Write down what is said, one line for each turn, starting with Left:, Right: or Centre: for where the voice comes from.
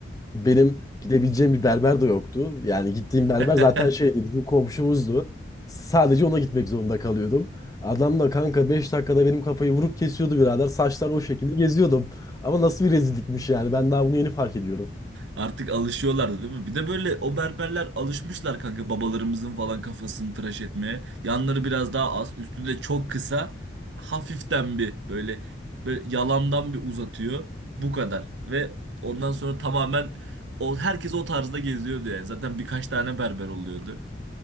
Left: Benim gidebileceğim bir berber de yoktu. Yani gittiğim berber
Right: <laughs>
Left: zaten şeydi bizim komşumuzdu. Sadece ona gitmek zorunda kalıyordum. Adam da kanka 5 dakikada benim kafayı vurup kesiyordu birader. Saçlar o şekilde geziyordum. Ama nasıl bir rezillikmiş yani. Ben daha bunu yeni fark ediyorum.
Right: Artık alışıyorlardı değil mi? Bir de böyle o berberler alışmışlar kanka babalarımızın falan kafasını tıraş etmeye. Yanları biraz daha az, üstü de çok kısa. Hafiften bir böyle böyle yalandan bir uzatıyor. Bu kadar. Ve ondan sonra tamamen o herkes o tarzda geziyordu yani. Zaten birkaç tane berber oluyordu.